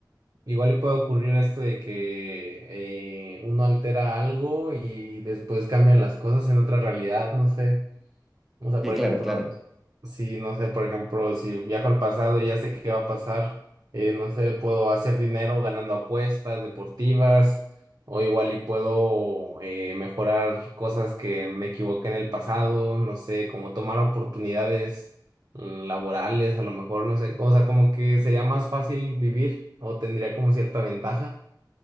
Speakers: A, on the right (about 55°); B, in the centre.
A: igual le puede ocurrir esto de que eh, uno altera algo y después cambian las cosas en otra realidad, no sé. O sea,
B: Sí,
A: por
B: claro,
A: ejemplo,
B: claro,
A: si no sé, por ejemplo, si viajo al pasado y ya sé qué va a pasar, eh, no sé, puedo hacer dinero ganando apuestas deportivas o igual y puedo eh, mejorar cosas que me equivoqué en el pasado, no sé, como tomar oportunidades mm, laborales, a lo mejor, no sé, o sea, como que sería más fácil vivir o tendría como cierta ventaja.